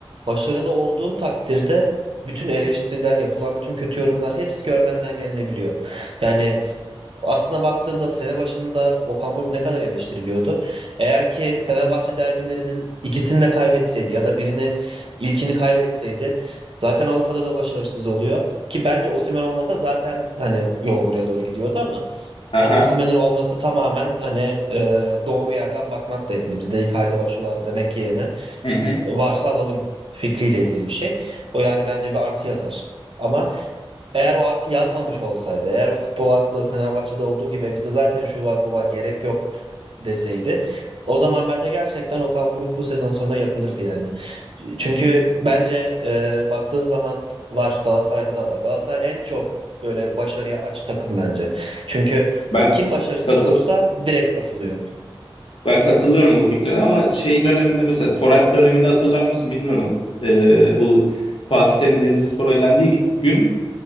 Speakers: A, on the right; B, on the left.
A: Başarılı olduğun takdirde bütün eleştiriler, yapılan bütün kötü yorumlar hepsi görmezden gelinebiliyor. Yani Aslına baktığında sene başında Okan Buruk ne kadar eleştiriliyordu. Eğer ki Fenerbahçe derbilerinin ikisini de kaybetseydi ya da birini ilkini kaybetseydi zaten Avrupa'da da başarısız oluyor. Ki bence Osimhen olmasa zaten hani yol buraya doğru gidiyordu ama
B: Aha.
A: hadi Osimhen'in olması tamamen hani e, doğru yerden bakmakla ilgili. Bizde Icardi var şu var demek yerine
B: Hı hı.
A: e, varsa alalım fikriyle ilgili bir şey. O yani bence bir artı yazar. Ama eğer o artı yazmamış olsaydı, eğer o futbol aklı Fenerbahçe'de olduğu gibi bize zaten şu var bu var gerek yok deseydi, o zaman bence gerçekten Okan Buruk bu sezon sonunda yakılırdı yani. Çünkü bence e, baktığın zaman var Galatasaray'da da var. Galatasaray en çok böyle başarıya aç takım bence. Çünkü
B: Ben
A: kim başarısız
B: katı
A: olursa direkt asılıyor.
B: ben katılıyorum bu fikrine ama şey döneminde mesela Torat döneminde hatırlar mısın bilmiyorum. E, bu Fatih Terim Denizlispor'a elendiği gün